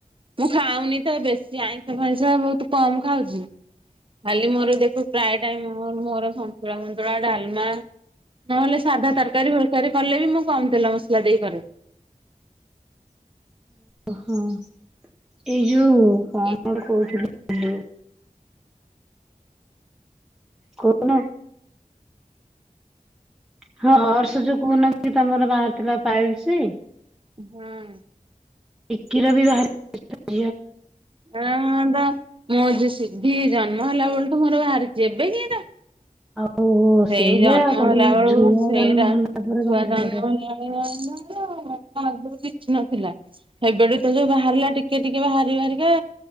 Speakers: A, on the right; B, in the centre.
A: ମୁଁ ଖାଉନି ତ ବେଶୀ ଆଇଁଷ ଫଇଁଷ ବହୁତ କମ ଖାଉଛି ଖାଲି ମୋର ଦେଖୁ ପ୍ରାୟ ଟାଇ ମୋର ସନ୍ତୁଳା ସନ୍ତୁଳା ଡାଲମା ନହେଲେ ସାଧା ତରକାରୀ ଫରକାରୀ କଲେ ବି ମୁଁ କମ ତେଲ ମସଲା ଦେଇକରେ
B: ଓହୋ ଏଇ ଯୋଉ କଣ
A: ଏ
B: କଟ କହୁଥିଲ ହ କଣ ହଁ ହର୍ଷ ଯ କହୁନା କି ତମର ବାହାରିଥିଲା ପାଇଲସି
A: ହଁ
B: ଏକ କିର ବି ବାହାର
A: ଆଁ ମଁ ଯଉ ସିଧି ଜନ୍ମ ହେଲା ବଳ ତୁ ମୋର ବାହାରିଛି ଏବେ ଏଇଟା
B: ଆଉ
A: ସେଇ
B: ସେଇଆ
A: ଜନ୍ମ
B: ତାପରେ
A: ହେଲା ବେଳକୁ
B: ଛୁଆ
A: ସେଇଟା
B: ଜନ୍ମ ହେଲା ପରେ ବାହାରି
A: ଛୁଆ ଜନ୍ମ
B: ପଡେ।
A: ହେଲା ବ ଆଗରୁ କିଛି ନଥିଲା ଏବେଠୁ ତ ଯୋଉ ବାହାରିଲା ଟିକେ ଟିକେ ବାହାରି ବାରିକା